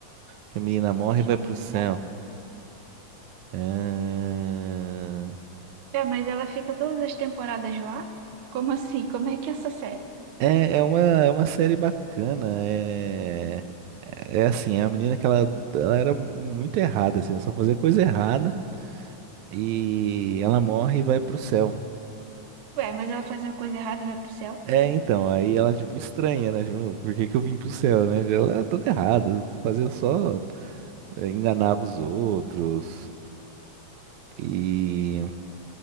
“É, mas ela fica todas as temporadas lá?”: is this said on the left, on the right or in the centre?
Right